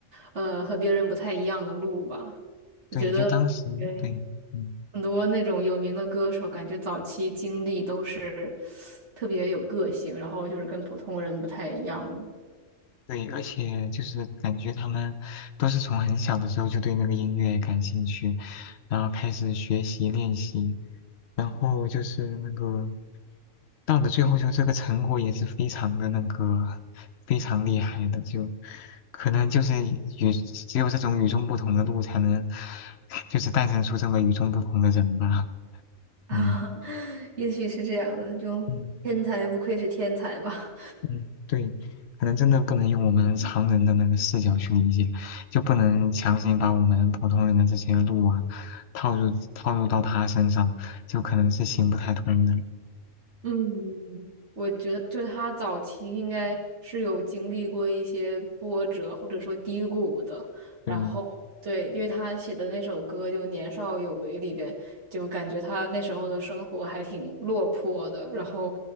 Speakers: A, on the right (about 60°); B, on the left (about 60°).
A: 呃，和别人不太一样的路吧。
B: 对，
A: 我觉得，
B: 就当时对，
A: 对，
B: 嗯，
A: 很多那种有名的歌手，感觉早期经历都是特别有个性，然后就是跟普通人不太一样的。
B: 对，而且就是感觉他们都是从很小的时候就对那个音乐感兴趣，然后开始学习练习。然后就是那个到了最后，就这个成果也是非常的那个非常厉害的，就可能就是与只有这种与众不同的路才能，就是诞生出这么与众不同的人吧。
A: <laughs> 啊，
B: 嗯
A: 也许是这样的，就天才不愧是天才吧。
B: 嗯嗯，对，可能真的不能用我们常人的那个视角去理解，就不能强行把我们普通人的这些路啊套入套入到他身上，就可能是行不太通的。
A: 嗯，我觉得就是他早期应该是有经历过一些波折或者说低谷的，
B: 对，
A: 然后对，因为他写的那首歌就《年少有为》里边，就感觉他那时候的生活还挺落魄的，然后